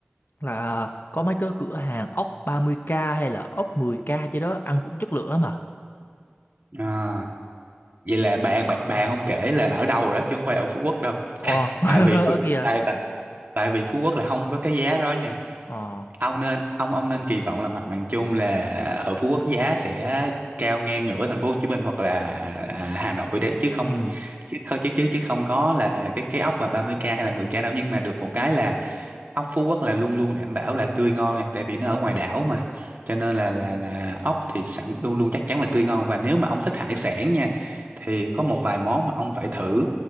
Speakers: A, on the left (about 60°); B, on the right (about 50°).
A: là có mấy cái cửa hàng ốc ba mươi k hay là ốc mười k chứ đó, ăn cũng chất lượng lắm mà.
B: à, vậy là bạn bạn bạn ông kể là ở đâu rồi đó chứ không phải ở Phú Quốc đâu
A: Ồ,
B: tại vì
A: <laughs> ở
B: Phú-
A: kìa.
B: tại tại tại vì Phú Quốc là không có cái giá đó
A: Ờ,
B: ông nên ông ông nên kỳ vọng là mặt bằng chung là ở Phú Quốc giá sẽ cao ngang ngửa thành phố Hồ Chí Minh hoặc là à, Hà Nội đấy chứ không
A: ừ,
B: chứ không chứ chứ chứ không có là cái cái ốc mà ba mươi k hay là mười k đâu nhưng mà được một cái là ốc Phú Quốc là luôn luôn đảm bảo là tươi ngon nha tại vì nó ở
A: ừ,
B: ngoài đảo mà cho nên là là là ốc thì sẵn luôn luôn chắc chắn là tươi ngon và nếu mà ông thích hải sản nha thì có một vài món mà ông phải thử